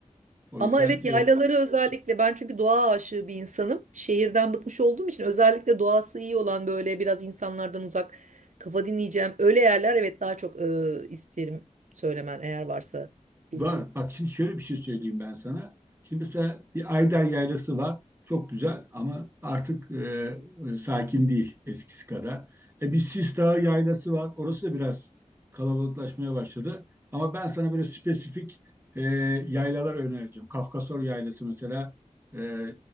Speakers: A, on the right; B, on the right.
A: O
B: Ama
A: yüzden
B: evet
A: e,
B: yaylaları özellikle ben çünkü doğa aşığı bir insanım. Şehirden bıkmış olduğum için özellikle doğası iyi olan böyle biraz insanlardan uzak kafa dinleyeceğim. Öyle yerler evet daha çok e, isterim söylemen eğer varsa
A: Var.
B: bildiğin.
A: Bak şimdi şöyle bir şey söyleyeyim ben sana. Şimdi mesela bir Ayder Yaylası var. Çok güzel ama artık e, e, sakin değil eskisi kadar. E, bir Sis Dağı Yaylası var. Orası da biraz kalabalıklaşmaya başladı. Ama ben sana böyle spesifik e, yaylalar önereceğim. Kafkasor Yaylası mesela e,